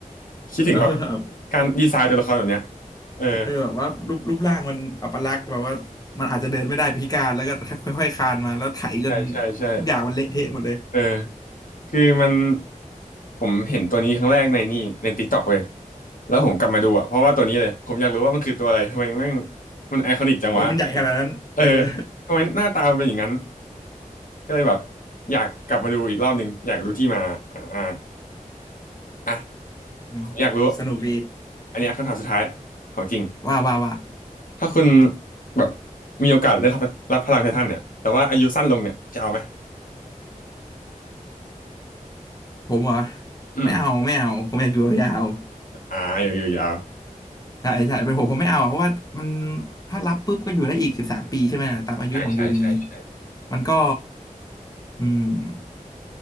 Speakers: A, on the left; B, on the left.
A: คิดถึงแบบ
B: เออ
A: การดีไซน์ตัวละครแบบเนี้ยเออ
B: เออแบบว่ารูปรูปร่างมันอัปลักษณ์แบบว่ามันอาจจะเดินไม่ได้พิการแล้วก็ค่อยๆคลานมาแล้วไถจน
A: ใช่ใช่ใช่
B: ทุกอย่างมันเละเทะหมดเลย
A: เออ คือมันผมเห็นตัวนี้ครั้งแรกในนี่ใน TikTok เว้ยแล้วผมกลับมาดูอ่ะเพราะว่าตัวนี้เลยผมอยากรู้ว่ามันคือตัวอะไรทำไมแม่งมันไอคอนิกจังวะ
B: มันมันใหญ่ขนาดนั้นเออ
A: เออ
B: <laughs>
A: ทำไมหน้าตามันเป็นอย่างนั้นก็เลยแบบอยากกลับมาดูอีกรอบหนึ่งอยากรู้ที่มาอ่าอ่ะ
B: อืม
A: ผมอยากรู้
B: สนุกดี
A: อันเนี้ยคำถามสุดท้ายของจริง
B: ว่าว่าว่า
A: ถ้าคุณแบบมีโอกาสได้รับรับพลังไททันเนี่ยแต่ว่าอายุสั้นลงเนี่ยจะเอาไหม
B: ผมเหรอ
A: อืม
B: ไม่เอาไม่เอาผมอยากอยู่ยาว
A: อ่าอยู่อยู่ยาว
B: ๆใช่ใช่เป็นผมผมไม่เอาอะเพราะว่ามันถ้ารับปุ๊บก็อยู่ได้อีกสิบสามปีใช่ไหมล่ะตามอายุของยูมี
A: ใช่ใช่ใช่ใช่
B: มันก็อืม